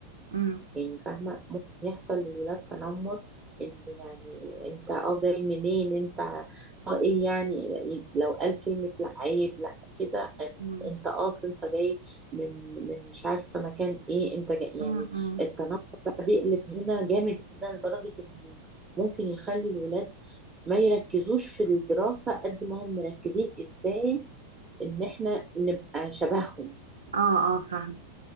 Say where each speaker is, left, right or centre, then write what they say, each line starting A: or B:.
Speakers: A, on the right (about 70°); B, on the right (about 20°).
A: امم
B: يعني فاهمة ممكن يحصل للولاد تنمر ان يعني انت اه جاي منين انت اه ايه يعني لو قال كلمة لا عيب لا كده
A: امم
B: انت آه اصل انت جاي من من مش عارفة مكان ايه انت جاي يعني
A: امم
B: التنمر بقى بيقلب هنا جامد جدا لدرجة ان ممكن يخلي الولاد ما يركزوش في الدراسة قد ما هم مركزين ازاي ان احنا نبقى شبههم
A: اه اه فاهم